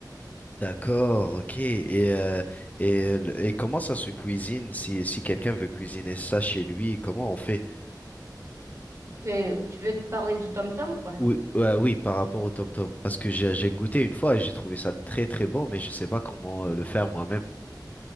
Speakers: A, on the left; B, on the right.
A: D'accord, ok. Et, euh, et, le- et comment ça se cuisine si, si quelqu'un veut cuisiner ça chez lui, comment on fait?
B: C'est- Tu veux te parler du tom-tom, quoi?
A: Oui, ouais, oui, par rapport au tom-tom. Parce que j'ai j'ai goûté une fois et j'ai trouvé ça très très bon, mais je sais pas comment euh, le faire moi-même.